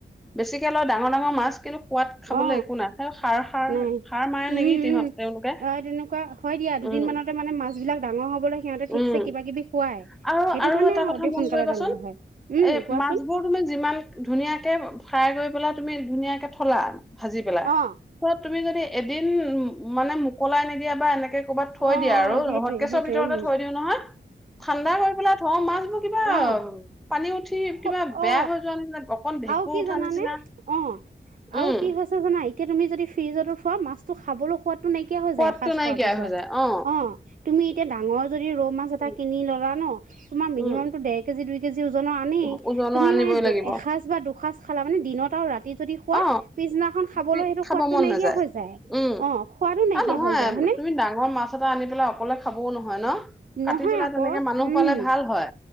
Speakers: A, in the centre; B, on the right.
A: বেছিকৈ লয় ডাঙৰ-ডাঙৰ মাছ কিন্তু খোৱাত
B: অ
A: খাবলৈ একো নাই, সাৰ-সাৰ-সাৰ
B: নাই
A: মাৰে
B: উম
A: নেকি তহঁত
B: উম
A: তেওঁলোকে।
B: অ তেনেকুৱা হয় দিয়া, দুদিনমানতে
A: উম
B: মানে মাছবিলাক ডাঙৰ হ'বলৈ সিহঁতে ঠিকছে
A: উম
B: কিবা-কিবি খোৱাই
A: আৰু
B: সেইটো
A: আৰু
B: কাৰণে
A: এটা কথা
B: অতি
A: মন
B: সোনকালে
A: কৰিবাচোন
B: ডাঙৰ হয় উম,
A: এই
B: কোৱাচোন।
A: মাছবোৰ তুমি যিমান ধুনীয়াকে ফ্ৰাই কৰি পেলাই তুমি ধুনীয়াকে থলা, ভাজি পেলাই।
B: অ
A: ত, তুমি যদি এদিন মানে, মোকলাই নিদিয়া বা এনেকে ক'বাত থৈ
B: অ
A: দিয়া
B: অ সেইটোৱে
A: হতকচৰ
B: সেইটোৱে
A: ভিতৰতে
B: উম
A: থৈ দিও নহয়, ঠাণ্ডা কৰি পেলাই থও মাছবোৰ কিবা,
B: উম
A: পানী উঠি
B: অ
A: কিবা বেয়া
B: অ
A: হৈ যোৱা নিচিনা অকন ভেঁকুৰ
B: আৰু কি
A: উঠা
B: জানানে
A: নিচিনা
B: অ আৰু
A: উম
B: কি হৈছে জানা, এতিয়া তুমি যদি ফ্ৰিজতো থোৱা, মাছটো খাবলৈ সোৱাদ টো নাইকিয়া হৈ
A: সোৱাদটো
B: যায়, এসাজ
A: নাইকিয়া
B: খোৱাৰ পিছত
A: হৈ যায় অ
B: অ'। তুমি এতিয়া ডাঙৰ যদি ৰৌ মাছ এটা
A: উম
B: কিনি ললা ন, তোমাৰ মিনিমামটো
A: উম
B: ডেৰ কেজি দুই কেজি ওজনৰ আনেই।
A: উম ওজনৰ
B: তুমি
A: আনিবই
B: মানে দু
A: লাগিব
B: এসাঁজ বা দুসাঁজ খালা মানে দিনত আও ৰাতি ৰাতি যদি খোৱা
A: অ
B: পিছদিনাখন খাবলৈ
A: পি-
B: সেইটো
A: খাব
B: সোৱাদটো
A: মন
B: নাইকিয়া
A: নাযায়
B: হৈ যায়।
A: উম
B: অ' সোৱাদো নাইকিয়া
A: অ নহয়
B: হয় যায়। হয়নে?
A: তুমি ডাঙৰ মাছ এটা আনি পেলাই অকলে খাবও নহয় ন? কাটি
B: নহয়
A: পেলাই
B: আক'!
A: তেনেকে মানুহ
B: উম
A: পালে ভাল হয়